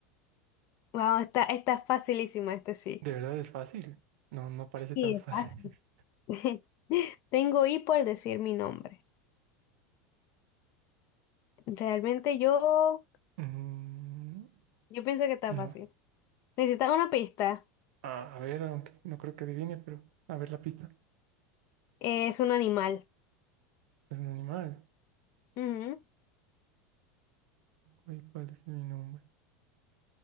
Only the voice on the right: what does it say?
De verdad es fácil. No, no parece
tan fácil.
<laughs>
Mm,
no.
A, a ver, aunque no creo que adivine, pero a ver la pista.
Es un animal.
Oye, ¿cuál es mi nombre?